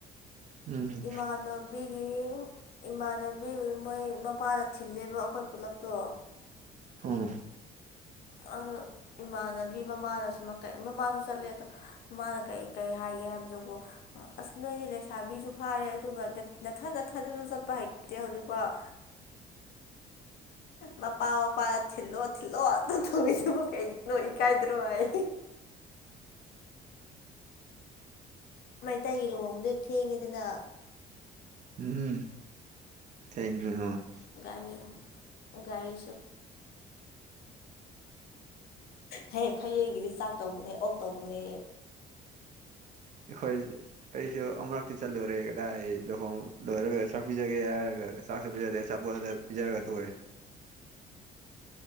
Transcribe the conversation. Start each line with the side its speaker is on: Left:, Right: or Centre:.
Right: ꯎꯝ
Left: ꯏꯃꯥꯟꯅꯕꯤꯒꯤ ꯏꯃꯥꯟꯅꯕꯤ ꯃꯣꯏ ꯃꯄꯥꯅ ꯊꯤꯜꯂꯦꯕ ꯑꯩꯈꯣꯏ ꯄꯨꯂꯞꯇꯣ
Right: ꯍꯝ
Left: ꯑꯗ ꯏꯃꯥꯟꯅꯕꯤ ꯃꯃꯥꯅꯁꯨ ꯃꯃꯥꯁꯨ ꯆꯠꯂꯦ ꯑꯗꯣ ꯃꯃꯥꯅ ꯀꯩ ꯀꯩ ꯍꯥꯏꯒꯦ ꯍꯥꯏꯕ ꯑꯗꯨꯕꯨ ꯑꯁ ꯅꯣꯏꯗꯤ ꯂꯩꯁꯥꯕꯤꯁꯨ ꯐꯥꯔꯦ ꯑꯗꯨꯒ ꯅꯊꯠ ꯊꯗꯁꯨ ꯆꯠꯄ ꯍꯩꯇꯦ ꯍꯧꯖꯤꯛꯐꯥꯎ ꯃꯄꯥ ꯃꯄꯥꯗ ꯊꯤꯜꯂꯣ ꯊꯤꯜꯂꯣ ꯑꯝ ꯇꯧꯅꯦꯕ ꯀꯩ ꯅꯣ ꯏꯀꯥꯏꯗ꯭ꯔꯣ ꯍꯥꯏ ꯃꯩꯇꯩꯒꯤ ꯂꯨꯍꯣꯡꯕꯗꯤ ꯊꯦꯡꯉꯤꯗꯅ
Right: ꯎꯝ ꯊꯦ <inaudible>
Left: ꯒꯥꯔꯤ ꯒꯥꯔꯤ
Right: ꯑ <inaudible>
Left: ꯍꯦ ꯐꯌꯦꯡꯒꯤꯗꯤ ꯆꯥꯛ ꯇꯧꯕꯅꯦ ꯑꯣꯛ ꯇꯧꯕꯅꯦ
Right: <unintelligible> ꯑꯩꯈꯣꯏ ꯑꯩꯁꯨ ꯑꯃꯨꯔꯛꯇꯤ ꯆꯠꯂꯨꯔꯦ ꯀꯗꯥꯏ ꯂꯨꯍꯣꯡ ꯂꯣꯏꯔꯒ ꯆꯥꯛꯄꯤꯖꯒꯦ ꯍꯥꯏꯔꯒ ꯆꯥꯛꯁꯨ ꯄꯤꯖꯔꯦ ꯑꯆꯥꯄꯣꯠ ꯄꯤꯖꯔꯒ ꯇꯣꯏꯑꯦ